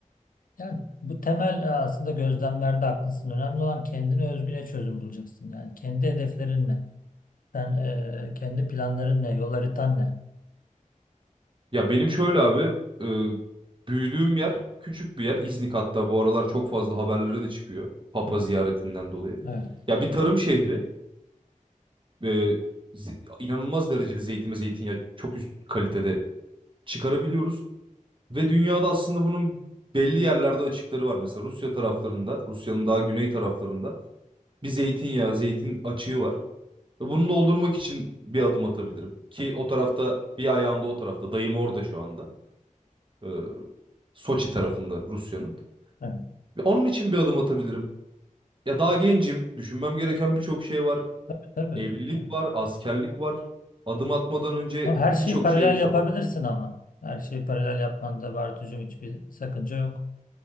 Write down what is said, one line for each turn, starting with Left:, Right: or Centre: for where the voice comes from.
Left: Yani bu temel e, aslında gözlemlerde haklısın. Önemli olan kendine özgüne çözüm bulacaksın. Yani kendi hedeflerin ne? Sen e, kendi planların ne? Yol haritan ne?
Right: Ya benim şöyle abi, e, büyüdüğüm yer küçük bir yer. İznik hatta bu aralar çok fazla haberlere de çıkıyor Papa
Left: Hı,
Right: ziyaretinden dolayı.
Left: Evet,
Right: Ya bir tarım şehri, e, zi- inanılmaz derecede zeytin ve zeytinyağı çok üst kalitede çıkarabiliyoruz. Ve dünyada aslında bunun belli yerlerde açıkları var. Mesela Rusya taraflarında, Rusya'nın daha güney taraflarında bir zeytinyağı, zeytin açığı var. Ve bunu doldurmak için bir adım atabilirim. Ki o tarafta bir ayağım da, o tarafta. Dayım orada şu anda. Ee, Soçi tarafında Rusya'nın.
Left: evet.
Right: Ve onun için bir adım atabilirim. Ya daha gencim. Düşünmem gereken birçok şey var.
Left: Tabii tabii.
Right: Evlilik
Left: Yani.
Right: var, askerlik var. Adım atmadan önce
Left: Ama Her
Right: birçok
Left: şeyi paralel
Right: şeye hesaba
Left: yapabilirsin ama. Her şeyi paralel yapmanda Bartucuğum hiçbir sakınca yok.